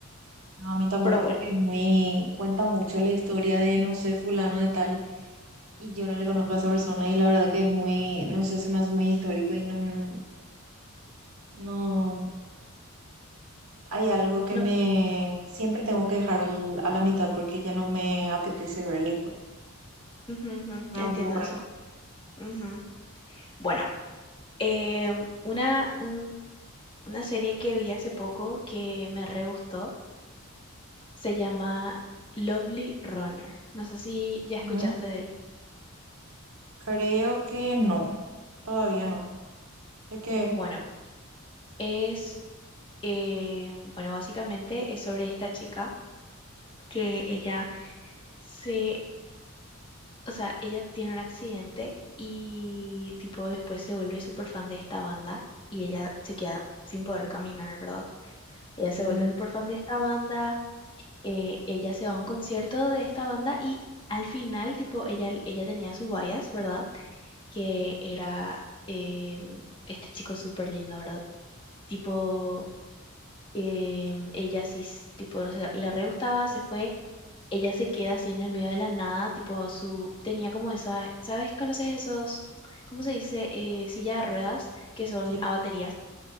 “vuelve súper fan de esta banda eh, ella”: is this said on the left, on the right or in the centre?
Left